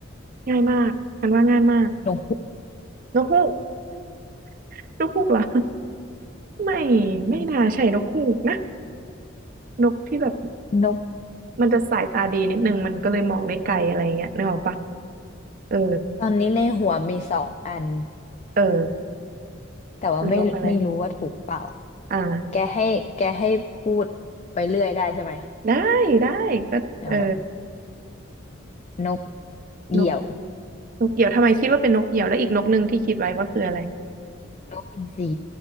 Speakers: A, on the right; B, on the left.
A: ง่ายมากฉันว่าง่ายมาก
B: นกฮูก
A: นกฮูก <laughs> นกฮูกเหรอไม่ไม่น่าใช่นกฮูกนะนกที่แบบ
B: นก
A: มันจะสายตาดีนิดนึงมันก็เลยมองได้ไกลอะไรเงี้ยนึกออกปะเออ
B: ตอนนี้ในหัวมีสองอัน
A: เออ
B: แต่ว่าไม่ไม่รู้ว่าถูกเปล่า
A: มีนกอะไรอ่า
B: แกให้แกให้พูดไปเรื่อยได้ใช่ไหม
A: ได้ได้ก็เออ
B: เอ่นกเหยี่ยวน
A: นกนกเหยี่ยวทำไมคิดว่าเป็นนกเหยี่ยวแล้วอีกนกหนึ่งที่คิดไว้ว่าคืออะไร
B: กอินทรี